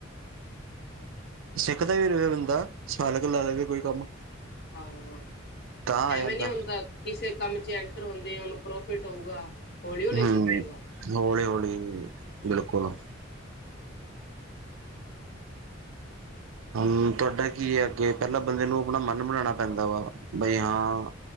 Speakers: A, on the right; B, on the left.
A: ਸਿੱਖਦਾ ਵੀ ਰਹੇ ਬੰਦਾ, ਸਾਲ ਕੁ ਲਾ ਲਵੇ ਕੋਈ ਕੰਮ।
B: ਹਾਂ,
A: ਤਾਂ ਆ
B: ਐਵੇਂ
A: ਜਾਂਦਾ
B: ਨੀ ਹੁੰਦਾ। ਕਿਸੇ ਕੰਮ 'ਚ ਐਂਟਰ ਹੁੰਦੇ ਹੀ, ਓਹਨੂੰ ਪ੍ਰੋਫਿਟ ਹੋਊਗਾ। ਹੌਲੀ ਹੌਲੀ
A: ਹੁੰ,
B: ਸਿੱਖੇਗਾ
A: ਹੌਲੀ ਹੌਲੀ ਬਿਲਕੁਲ। ਹੁੰ ਤੁਹਾਡਾ ਕੀ ਹੈ, ਤੁਹੀਂ ਪਹਿਲਾਂ ਬੰਦੇ ਨੂੰ ਆਪਣਾ ਮਨ ਬਣਾਉਣਾ ਪੈਂਦਾ ਵਾ, ਬਈ ਹਾਂ।